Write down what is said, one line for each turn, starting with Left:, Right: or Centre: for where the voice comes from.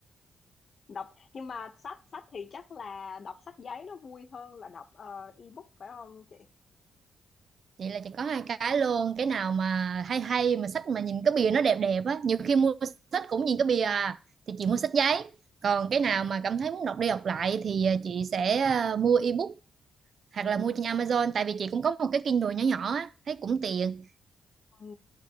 Left: đọc nhưng mà sách sách thì chắc là đọc sách giấy nó vui hơn là đọc ờ, ebook phải không chị
Right: vậy là chỉ có hai cái luôn cái nào mà hay hay mà sách mà nhìn cái bìa nó đẹp đẹp á nhiều khi mua sách cũng nhìn cái bìa à thì chị mua sách giấy còn cái nào mà cảm thấy muốn đọc đi đọc lại thì à, chị sẽ ờ, mua ebook hoặc
Left: ừ.
Right: là mua trên Amazon tại vì chị cũng có một cái Kindle nhỏ nhỏ á thấy cũng tiện
Left: Ừ.